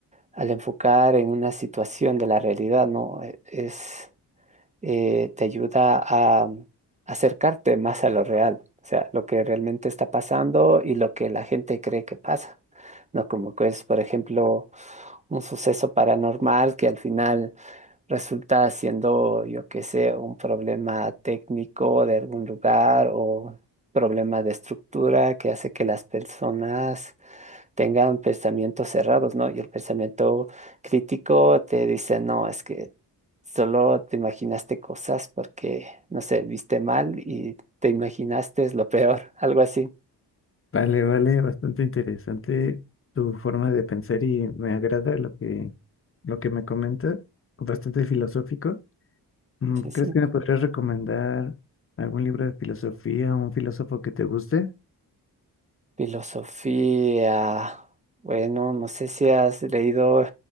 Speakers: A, on the right; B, on the left.
A: al enfocar en una situación de la realidad, ¿no? E- Es, eh, te ayuda a mm, acercarte más a lo real, o sea, lo que realmente está pasando y lo que la gente cree que pasa, ¿no? Como que es, por ejemplo, un suceso paranormal que al final resulta siendo, yo qué sé, un problema técnico de algún lugar o problema de estructura que hace que las personas tengan pensamientos cerrados, ¿no? Y el pensamiento crítico te dice, no, es que solo te imaginaste cosas porque, no sé, viste mal y te imaginaste lo peor, <laughs> algo así.
B: Vale, vale, bastante interesante tu forma de pensar y me agrada lo que, lo que me comentas, bastante filosófico. Mm,
A: Sí, sí.
B: ¿Crees que me podrías recomendar algún libro de filosofía o un filósofo que te guste?
A: Filosofía. Bueno, no sé si has leído,